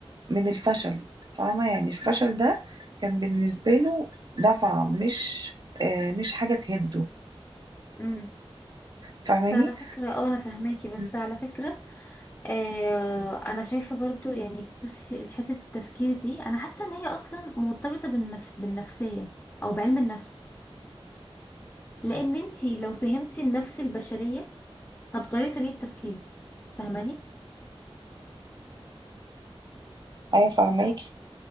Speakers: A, on the right (about 45°); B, on the left (about 20°).
A: من الفشل فاهمة يعني الفشل ده كان بالنسبة له دفعة مش آه، مش حاجة تهده
B: امم
A: فاهماني
B: بس على فكرة اه انا فاهماكي بس
A: مم.
B: على فكرة آه انا شايفه برضو يعني بصي حته التفكير دي انا حاسه ان هي اصلا مرتبطه بالنف... بالنفسيه او بعلم النفس لان انتي لو فهمتي النفس البشريه هتغيري طريقه تفكيرك فاهماني
A: ايوه فهماكي